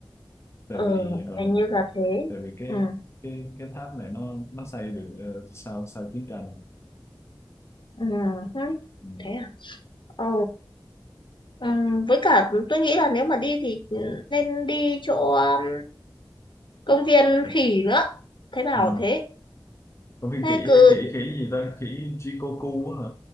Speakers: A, on the left; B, on the left.
A: tại
B: ừ,
A: vì ờ,
B: hình như
A: tại,
B: là thế
A: tại vì cái
B: ừ,
A: cái cái tháp này nó nó xây được ờ, sau sau chiến tranh
B: ừ, hứ,
A: ừ.
B: thế à ừ, ừ, với cả tôi nghĩ là nếu mà đi thì nên đi chỗ um, công viên khỉ nữa thấy bảo
A: Ừ.
B: thế
A: Còn viên
B: thế
A: khỉ
B: cứ
A: khỉ khỉ gì ta khỉ Jikoku á hả